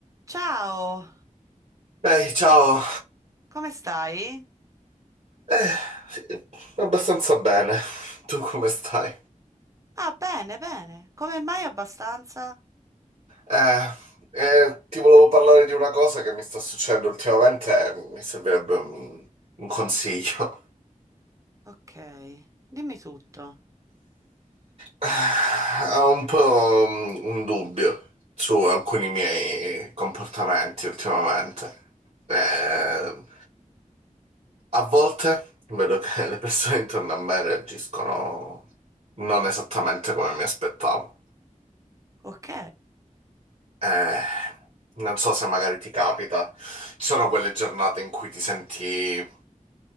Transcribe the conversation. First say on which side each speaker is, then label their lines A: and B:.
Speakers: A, on the right; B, on the right.
A: Ciao,
B: Ehi, ciao.
A: come stai?
B: Eh, sì, abbastanza bene. Tu come stai?
A: Ah, bene, bene. Come mai abbastanza?
B: Eh, eh, ti volevo parlare di una cosa che mi sta succedendo ultimamente e mi servirebbe un, un consiglio.
A: Ok, dimmi tutto.
B: Eh, Ho un po' mm, un dubbio su alcuni miei comportamenti ultimamente. Eh, a volte vedo che le persone intorno a me reagiscono non esattamente come mi aspettavo.
A: Ok,
B: Eh, non so se magari ti capita. Ci sono quelle giornate in cui ti senti, eh,